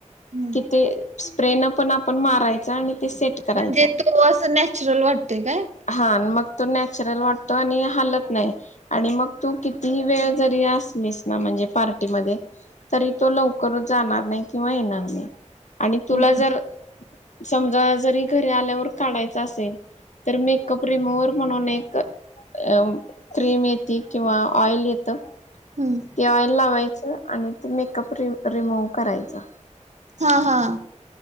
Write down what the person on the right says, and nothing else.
हम्म.
म्हणजे तो असं नॅचरल वाटतय काय?
हम्म
हम
हा हा